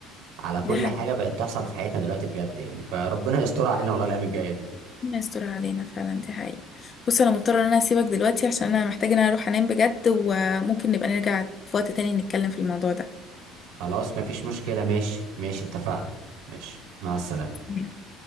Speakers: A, on the right (about 80°); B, on the left (about 30°).
A: على كل
B: دي حقيقة
A: حاجة بقت تحصل في حياتنا دلوقتي بجد يعني فربنا يستر علينا والله الأيام الجاية دي
B: ربنا يستر علينا فعلا دي حقيقة بص أنا مضطرة إن أنا أسيبك دلوقتي عشان أنا محتاجة إن أنا أروح أنام بجد وممكن نبقى نرجع في وقت تاني نتكلم في الموضوع ده
A: خلاص مفيش مشكلة ماشي ماشي اتفقنا ماشي مع السلامة
B: مم.